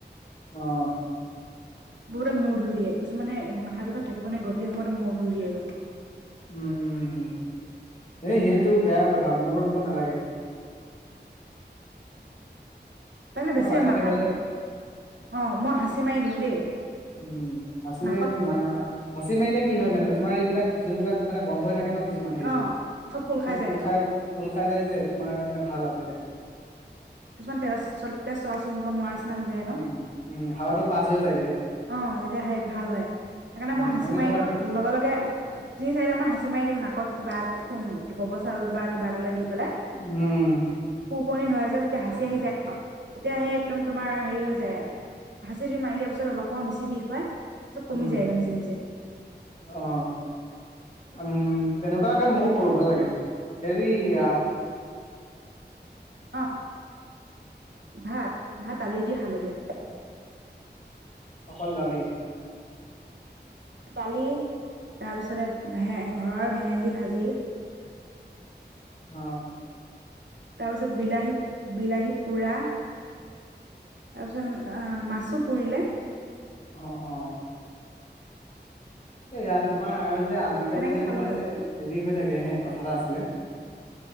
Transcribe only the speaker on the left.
অ
উম- উম এই সেইটো বেয়া কথা। মূৰ ধুব নালাগে।
তোমাৰ
মাথা
বিষ হলে
উম, হাচি
মাৰি-মা হাচি মাৰিলে কি হয় মান তোমাৰ এইবিলাক যোনবিলাক মানে বন্ধ হৈ থাকে ন কিছুমান হেৰি
এইটো
খোল খাই খোলখাই যায় যে, তোমাৰ মানে ভাল আৰু তেতিয়া।
উম উম হাৱাটো পাছ হৈ যায়গে
উম
মানে
তোমাৰ
উম
উম
অ উম, তেনেকুৱাকে ময়ো কৰোঁ ভাল লাগে, হেৰি‌ আ
অকল দালি?
অ'।
অ', অ'। এৰা তোমাৰ যে, আজিকালি
যে,
তোমাৰ
যে, হেৰি হৈ থাকে হে কথা এটা আছিলে